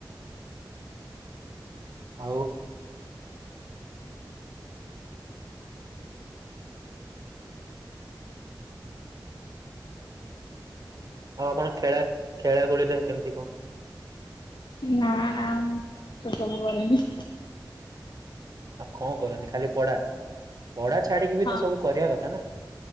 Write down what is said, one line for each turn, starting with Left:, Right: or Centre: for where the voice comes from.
Right: ଆଉ ଆଉ ଆପଣ ଖେଳା ଖେଳା ଖୁଳିରେ କେମିତି କଣ?
Left: ନା ନା ମୁଁ ସେ ସବୁ କରେନି।
Right: ଆଉ କଣ କରନ୍ତି ଖାଲି ପଢା? ପଢା ଛାଡିକି ବି
Left: ହଁ
Right: ତ ସବୁ କରିବା କଥା ନା